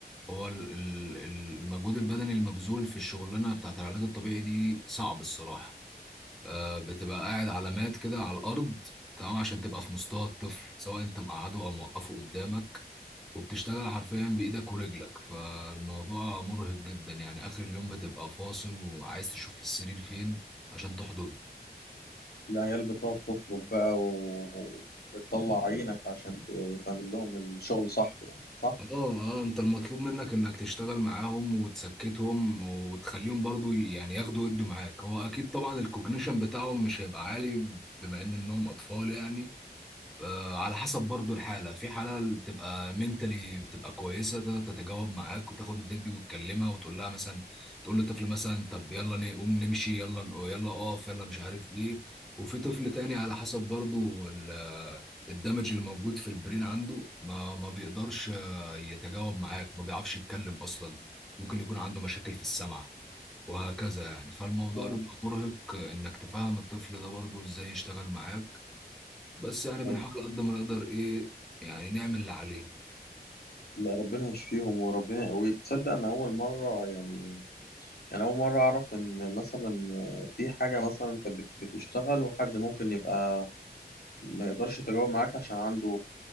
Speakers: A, in the centre; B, on the left (about 65°).
A: هو ال- ال- المجهود البدني المبذول في الشغلانة بتاعت العلاج الطبيعي دي صعب الصراحة آه، بتبقى قاعد علامات كده على الارض تمام عشان تبقى في مستوى الطفل سواء انت مقعده او موقفه قدامك وبتشتغل حرفيا بايدك ورجلك فالموضوع مرهق جدا يعني اخر اليوم بتبقى فاصل وعايز تشوف السرير فين عشان تحضنه
B: العيال بتقعد تفرق بقى وبتطلع عينك عشان ت- تعمل لهم الشغل صح يعني صح
A: اه اه انت المطلوب منك انك تشتغل معاهم وتسكتهم وتخليهم برضو يعني ياخدوا يدوا معاك هو اكيد طبعا الكوجنيشن بتاعهم مش هيبقى عالي بما ان انهم اطفال يعني آه، على حسب برضو الحالة في حالة اللي بتبقى منتلي بتبقى كويسة تقدر تتجاوب معاك وتاخد وتدي وتكلمها وتقول لها مثلا تقول للطفل مثلا طب يلا نقوم نمشي يلا ن- يلا اقف يلا مش عارف ايه وفي طفل تاني على حسب برضو ال- آه، الدمج اللي موجود في البرين عنده ما ما بيقدرش آه، يتجاوب معاك ما بيعرفش يتكلم أصلا ممكن يكون عنده مشاكل في السمع وهكذا يعني فالموضوع
B: اه
A: بيبقى مرهق آه، انك تفهم الطفل ده برضو ازاي يشتغل معاك بس يعني بنحاول
B: ايوه
A: قد ما نقدر ايه يعني نعمل اللي علينا
B: لا ربنا يشفيهم وربنا يقويك تصدق انا اول مره يعني انا اول مره اعرف ان مثلا في حاجه مثلا انت بت- بتشتغل وحد ممكن يبقى ما يقدرش يتجاوب معاك عشان عنده